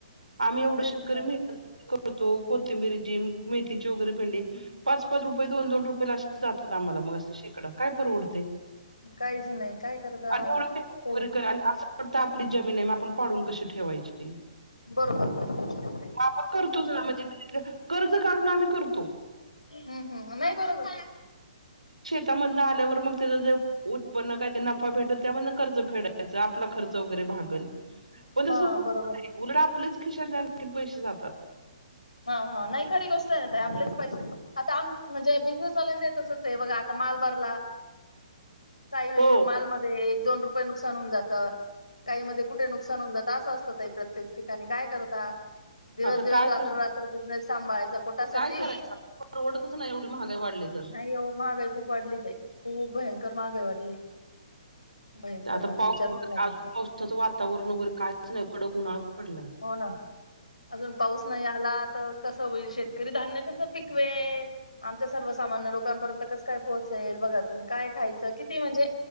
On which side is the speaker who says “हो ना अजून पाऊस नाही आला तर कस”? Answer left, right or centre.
Left